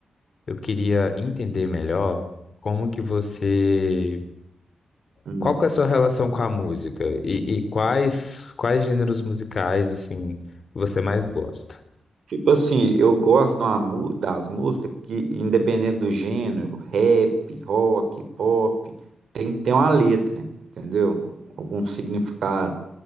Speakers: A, on the left; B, on the right.
A: eu queria entender melhor como que você...
B: Hum.
A: Qual que é a sua relação com a música? E, e quais, quais gêneros musicais, assim, você mais gosta?
B: Tipo assim, eu gosto de uma mu- das músicas que, independente do gênero, rap, rock, pop, tem que ter uma letra, entendeu? Algum significado.